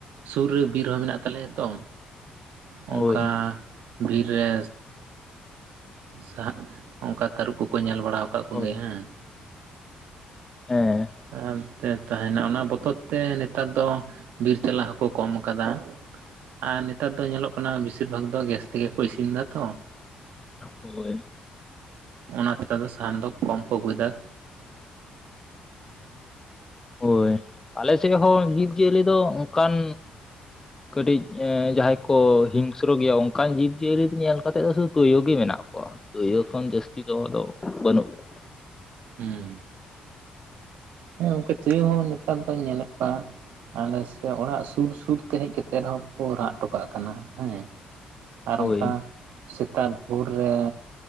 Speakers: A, on the right; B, on the left.
A: ᱥᱩᱨ ᱨᱮ ᱵᱤᱨ ᱦᱚᱸ ᱢᱮᱱᱟᱜ ᱛᱟᱞᱮᱭᱟ ᱛᱚ ᱚᱝᱠᱟ
B: ᱦᱳᱭ
A: ᱵᱤᱨ ᱨᱮ ᱥᱟᱦᱟᱜ ᱚᱱᱠᱟ ᱛᱟᱹᱨᱩᱵ ᱠᱚᱠᱚ ᱧᱮᱞ ᱵᱟᱲᱟ ᱟᱠᱟᱫ ᱠᱚᱜᱮ
B: ᱦᱳᱭ
A: ᱦᱮᱸ
B: ᱦᱮᱸ
A: ᱟᱨ ᱛᱮ ᱛᱟᱦᱮᱸᱱᱟ ᱚᱱᱟ ᱵᱚᱛᱚᱨ ᱛᱮ ᱱᱮᱛᱟᱨ ᱫᱚ ᱵᱤᱨ ᱪᱟᱞᱟ ᱦᱚᱸᱠᱚ ᱠᱚᱢ ᱟᱠᱟᱫᱟ ᱟᱨ ᱱᱮᱛᱟᱨ ᱫᱚ ᱧᱮᱞᱚᱜ ᱚᱱᱟ ᱵᱮᱥᱤᱨ ᱵᱷᱟᱜᱽ ᱫᱚ ᱜᱮᱥ ᱛᱮᱜᱮ ᱠᱚ ᱤᱥᱤᱱ ᱫᱚ ᱛᱚ
B: ᱦᱳᱭ
A: ᱚᱱᱟ ᱛᱮᱫᱚ ᱥᱟᱦᱟᱱ ᱫᱚ ᱠᱚᱢ ᱠᱚ ᱟᱹᱜᱩᱭᱮᱫᱟ
B: ᱦᱳᱭ ᱟᱞᱮ ᱥᱮᱫ ᱦᱚᱸ ᱡᱤᱵᱽᱼᱡᱤᱭᱟᱹᱞᱤ ᱫᱚ ᱚᱱᱠᱟᱱ ᱠᱟᱹᱴᱤᱡ ᱡᱟᱦᱟᱸᱭ ᱠᱚ ᱦᱤᱝᱥᱨᱚ ᱜᱮᱭᱟ ᱚᱱᱠᱟᱱ ᱡᱤᱵ ᱡᱤᱭᱟᱹᱞᱤ ᱧᱮᱞ ᱠᱟᱛᱮᱜ ᱫᱚ ᱥᱩᱫᱩ ᱛᱩᱭᱩ ᱜᱮ ᱢᱮᱱᱟᱜ ᱠᱚᱣᱟ ᱛᱳᱭᱳ ᱠᱷᱚᱱ ᱡᱟᱹᱥᱛᱤ ᱫᱚᱦᱚ ᱫᱚ ᱵᱟᱹᱱᱩᱜᱼᱼ ᱦᱩᱸ
A: ᱦᱩᱸ ᱦᱮᱸ ᱜᱚᱝᱠᱮ ᱛᱩᱭᱩ ᱦᱚᱸ ᱱᱮᱛᱟᱨ ᱫᱚᱧ ᱧᱮᱞᱮᱫ ᱠᱚᱣᱟ ᱟᱞᱮ ᱥᱮ ᱚᱲᱟᱜ ᱥᱩᱨ ᱥᱩᱨ ᱛᱮ ᱦᱮᱡ ᱠᱟᱛᱮᱜ ᱨᱮᱦᱚᱸᱠᱚ ᱨᱟᱜ ᱴᱚᱠᱟᱹᱜ ᱠᱟᱱᱟ ᱦᱮᱸ ᱟᱨ
B: ᱠᱚᱣᱟ᱾ ᱦᱳᱭ
A: ᱚᱝᱠᱟ ᱥᱮᱛᱟᱜ ᱵᱷᱳᱨ ᱨᱮ